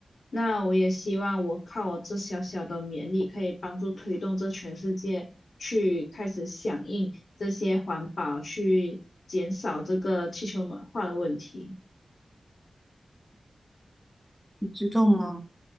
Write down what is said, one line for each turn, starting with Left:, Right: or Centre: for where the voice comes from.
Left: 那我也希望我靠我这小小的勉力，可以帮助推动这全世界去开始响应这些环保，去减少这个气球暖化的问题。
Centre: 你知道吗？